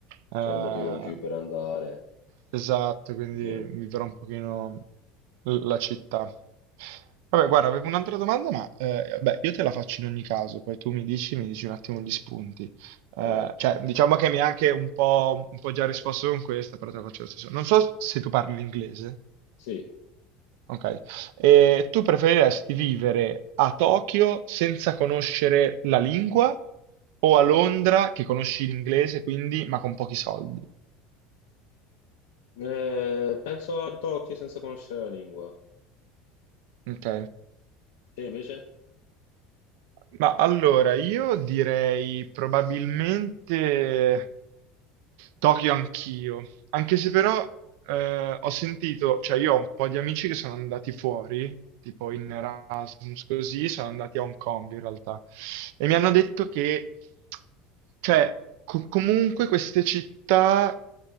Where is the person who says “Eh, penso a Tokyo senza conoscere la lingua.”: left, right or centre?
Left